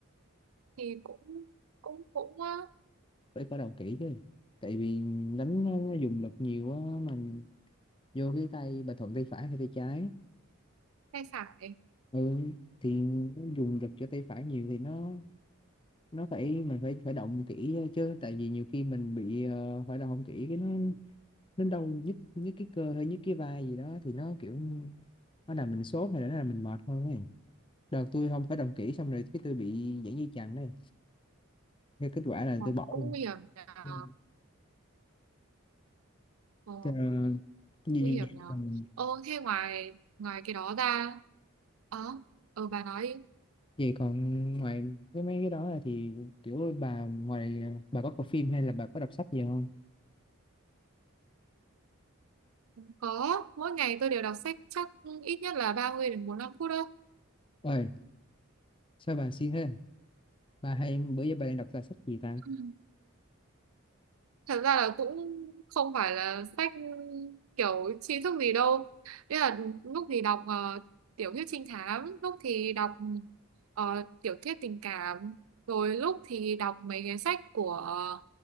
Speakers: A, on the right; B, on the left.
A: thì cũng cũng cũng ờ,
B: phải khởi động kỹ chứ tại vì đánh nó, nó dùng lực nhiều á mình vô cái tay bà thuận tay phải hay tay trái
A: hay phải
B: ừ thì dùng lực cho tay phải nhiều thì nó nó phải mình phải phải động kỹ chứ tại vì nhiều khi mình bị ờ, phải động không kỹ cái nó nó đau nhức nhức cái cơ hay nhức cái vai gì đó thì nó kiểu nó làm mình sốt hay là nó làm mình mệt hơn ấy đợt tôi không phải động kỹ xong rồi cái tôi bị giãn dây chằng đây cái kết quả là
A: Ờ,
B: tôi bỏ
A: cũng
B: luôn
A: nguy hiểm là
B: Ừ.
A: ờ,
B: Ờ, gì-
A: nguy hiểm
B: gì
A: là
B: còn
A: ờ thế ngoài ngoài cái đó ra ờ ờ bà nói đi
B: vậy còn ngoài cái mấy cái đó là thì kiểu bà ngoài bà có coi phim hay là bà có đọc sách gì không
A: Có, mỗi ngày tôi đều đọc sách chắc ít nhất là 30 đến 45 phút đó.
B: ơi sao bà siêng thế ba hay em bữa giờ ba đang đọc ra sách gì ta
A: Ừ. Thật ra là cũng không phải là sách kiểu tri thức gì đâu. Đấy là lúc thì đọc ờ, tiểu thuyết trinh thám, lúc thì đọc ờ, tiểu thuyết tình cảm, rồi lúc thì đọc mấy cái sách của ờ,